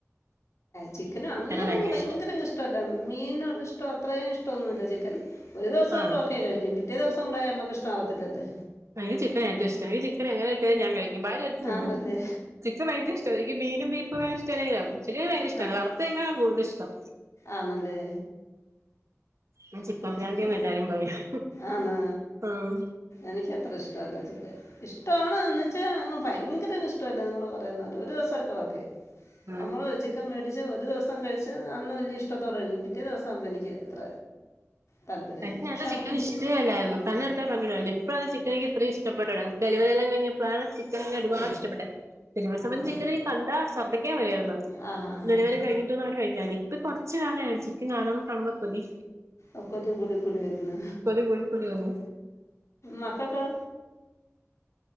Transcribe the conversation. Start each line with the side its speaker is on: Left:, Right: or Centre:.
Left: ചിക്കനും
Right: എനിക്ക്
Left: അങ്ങനെ
Right: ചിക്കനാ ഭയങ്കര
Left: അങ്ങ് ഭയങ്കരങ്ങ്
Right: ഇഷ്ടം
Left: ഇഷ്ടമല്ല മീനോ ഇഷ്ടോ അത്രയും ഇഷ്ടമൊന്നുമല്ല ചിക്കൻ ഒരു ദിവസൊക്കെ
Right: ആഹ്
Left: ഓക്കെ കഴിക്കും പിറ്റേ ദിവസം കൂടെ നമുക്ക് ഇഷ്ടമാവത്തില്ലല്ലേ
Right: എനിക്ക് ചിക്കൻ ഏറ്റവും ഇഷ്ട എ ചിക്കൻ എങ്ങനെ കിട്ടിയാലും ഞാൻ കഴിക്കും ഭാരി വലിച്ച് തിന്നും
Left: ആണല്ലേ
Right: ചിക്കൻ ഭയങ്കര എനിക്ക് മീനും ബീഫും ഇ്ടല്ലെലും ചിക്കൻ ഭയങ്ക ഇഷ്ടമാണ്
Left: ആ
Right: വറുത്ത് തിനാനാണ് കൂടുതലിഷ്ടം
Left: ആണല്ലേ
Right: ഞാൻ പ്രാന്തിയാന്ന്
Left: ചിക്കൻ
Right: എല്ലാരും പറയും
Left: ആണോ
Right: ഉം
Left: എനിക്കത്ര ഇഷ്ടമല്ല ചിക്കൻ ഇഷ്ടമാണ്ന്ന് വെച്ചാൽ അങ്ങ് ഭയങ്കര ഇഷ്ടമല്ല നിങ്ങള് കുറന്നാ ഒരു ദിവസമൊക്കെ ഓക്കെ
Right: ഉം
Left: നമ്മള് ചിക്കൻ മേടിച്ച് ഒരു ദിവസം കഴിച്ച് അന് ഇഷ്ടത്തോടെ കഴിക്കും പിറ്റേ ദിവസവുമ്പൊ എനിക്ക് അത്ര താല്പര്യമില്ല.
Right: തനി എനിക്ക്
Left: പക്ഷെ നമുക്ക്
Right: ചിക്കൻ
Left: മീ
Right: ഇഷ്ടേഅല്ലായിരുന്നു തന്നെടുത്താ പണ്ടി ഇപ്പോ അത് ചിക്കനിക്ക് ഇത്രയും ഇഷ്ടപ്പെട്ടത് ഡലിവെറി കഴിഞ്ഞപ്പോഴാണ് ചിക്കൻ ഒരുപാട്
Left: ഓഹോ
Right: ഇഷ്ടപ്പെട്ടെ ചിവസം
Left: ആ
Right: ചിക്കൻ കണ്ടാ ശർദ്ദിക്കൻ വരുയിരുന്നു
Left: ആ ഹാ ഹാ
Right: ഡെലിവറി
Left: ഹാ
Right: കഴിഞ്ഞിട്ട് ഒന്നങ്ങന കഴിക്കാന് ഇപ്പൊ കൊറച്ച് കാലമായി ചിക്കൻ കാണുമ്പോ കാണുമ്പോ കൊതി
Left: ഒക്കതി കൂടി കൂടി വരുന്ന്
Right: കൊതി കൂടി കൂടി വന്നു
Left: മക്കക്കൊ